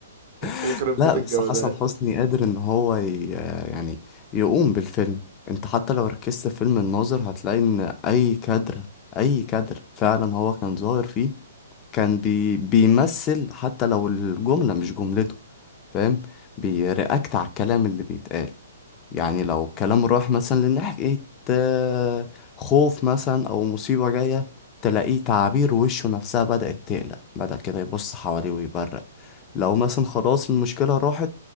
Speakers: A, on the right (about 50°); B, on the left (about 25°).
A: يخرب
B: <laughs> لا
A: بيت الجمدان
B: بس حسن حسني قادر ان هو ي... يعني يقوم بالفيلم انت حتى لو ركزت في فيلم الناظر هتلاقي ان اي كادر اي كادر فعلا هو كان ظاهر فيه كان بي بيمثل حتى لو الجملة مش جملته فاهم بيرياكت على الكلام اللي بيتقال يعني لو كلام راح مثلا لناحية آه، خوف مثلا أو مصيبة جاية تلاقيه تعابير وشه نفسها بدأت تقلق بدأ كده يبص حواليه ويبرق لو مثلا خلاص المشكلة راحت